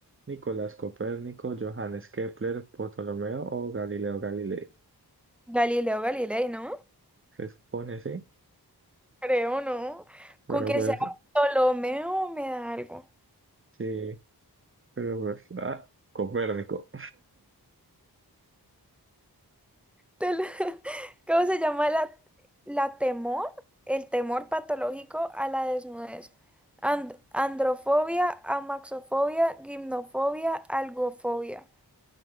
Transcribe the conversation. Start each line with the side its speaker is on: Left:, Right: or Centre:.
Right: ¿Nicolás Copérnico, Johannes Kepler, Ptolomeo o Galileo Galilei?
Centre: Galileo Galilei, ¿no?
Right: Se supone, sí,
Centre: Creo, ¿no?
Right: pero
Centre: Con que
Right: pues
Centre: sea Ptolomeo me da algo.
Right: sí. Pero pues, ah, Copérnico.
Centre: Tel- <laughs> ¿Cómo se llama la, la temor? El temor patológico a la desnudez. And- androfobia, amaxofobia, gimnofobia, algofobia.